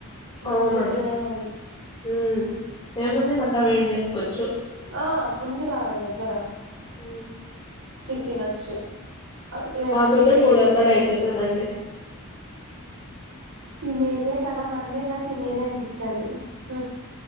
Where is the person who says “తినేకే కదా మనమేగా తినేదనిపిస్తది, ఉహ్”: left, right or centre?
Right